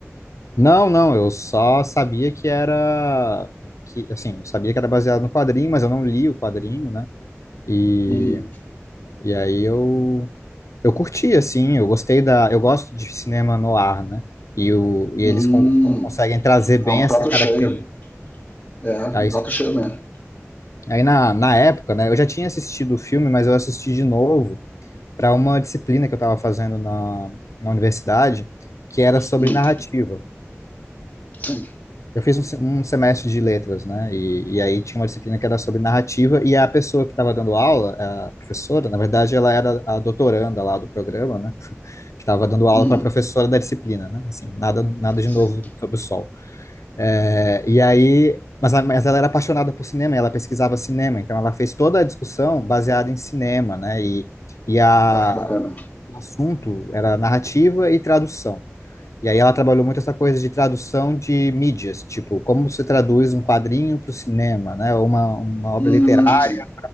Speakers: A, on the left; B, on the left.
A: Não, não, eu só sabia que era que assim, eu sabia que era baseado no quadrinho, mas eu não li o quadrinho, né? E,
B: Uhum.
A: e aí eu eu curti assim, eu gostei da, eu gosto de cinema noir, né? E o e
B: Hum,
A: eles con- conseguem trazer bem
B: é um
A: essa
B: prato
A: característica.
B: cheio. É,
A: Aí,
B: um prato cheio mesmo.
A: aí na, na época, né, eu já tinha assistido o filme, mas eu assisti de novo para uma disciplina que eu estava fazendo na, na universidade, que era sobre
B: Hum,
A: narrativa.
B: sim.
A: Eu fiz um, se- um semestre de letras, né? E, e aí tinha uma disciplina que era sobre narrativa, e a pessoa que estava dando aula, a professora, na verdade, ela era a doutoranda lá do programa, né? <laughs> Que estava dando
B: Uhum,
A: aula para a professora da disciplina, né? Assim, nada, nada de
B: sim.
A: novo sobre o sol. É, e aí, mas, a- mas ela era apaixonada por cinema, e ela pesquisava cinema, então ela fez toda a discussão baseada em cinema, né? E, e a,
B: Ah, que bacana.
A: o assunto era narrativa e tradução. E aí ela trabalhou muito essa coisa de tradução de mídias, tipo, como você traduz um quadrinho para o cinema, né? Ou uma, uma obra
B: Hum,
A: literária,
B: sim.